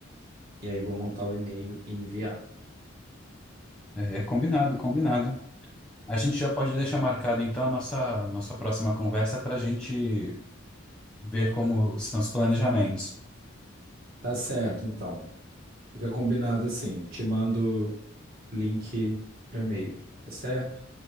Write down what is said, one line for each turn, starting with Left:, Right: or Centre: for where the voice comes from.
Right: E aí vou montar o e-mail e enviar.
Centre: É, é combinado, combinado. A gente já pode deixar marcado então a nossa, nossa próxima conversa para a gente ver como são os planejamentos.
Right: Tá certo, então. Fica combinado assim. Te mando o link no e-mail, tá certo?